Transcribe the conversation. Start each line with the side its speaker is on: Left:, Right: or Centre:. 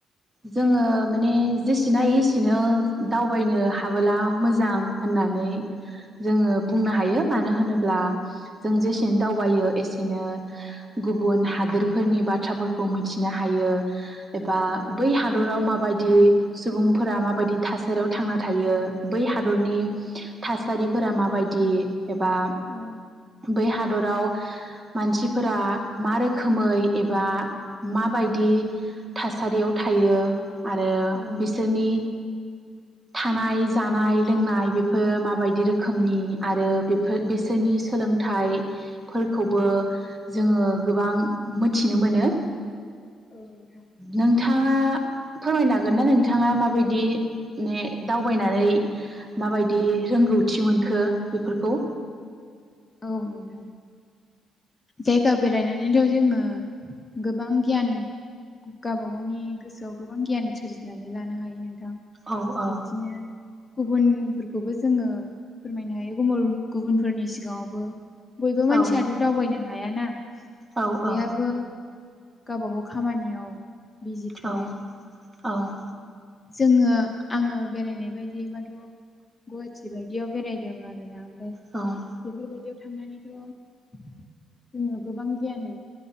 Right: जोङो माने जेसेनो हायो एसेनो दावबायनो हाबोला मोजां होननानै जोङो बुंनो हायो मानो होनोब्ला जों जेसेनो
Left: औ
Right: दावबायो एसेनो गुबुन हादोरफोरनि बाथ्राफोरखौ मिथिनो हायो। एबा
Left: औ
Right: बै हादराव माबायदि सुबुंफोरा माबायदि थासारियाव थांना थायो? बै हादरनि थासारिफोरा माबायदि एबा
Left: औ
Right: बै हादराव मानसिफोरा मा रोखोमै एबा माबायदि थासारियाव थायो आरो
Left: औ
Right: बिसोरनि थानाय जानाय लोंनाय बेफोर माबायदि रोखोमनि आरो बे बेसोरनि सोलोंथाइ फोरखौबो जोङो गोबां मिथिनो मोनो।
Left: औ नोंथां
Right: नोंथाङा फोरमायनो हागोन ना नोंथाङा मा बायदि माने दावबायनानै मा बायदि रोंगौथि मोनखो बेफोरखौ
Left: औ नोंथां जायगा बेरायनानैल' जोङो गोबां गियान गाबा गावनि गोसोआव गोबां गियान सोरजिनानै लानो हायो नोंथां।
Right: औ औ
Left: बिदिनो गुबुनफोरखौबो जोङो फोरमायनो हायो गुबु गुबुनफोरनि सिगाङावबो बयबो मानसियाथ'
Right: औ
Left: दावबायनो हायाना
Right: औ
Left: बयहाबो
Right: औ
Left: गावबा गाव खामानियाव बिजि थायो
Right: औ औ
Left: जोङो आङो बेरायनाय बायदिबाथ' गुवाहाटि बायदियाव बेरायदों आरोना ओमफ्राय
Right: औ
Left: बेफोरबायदियाव थांनानैथ' जोङो गोबां गियान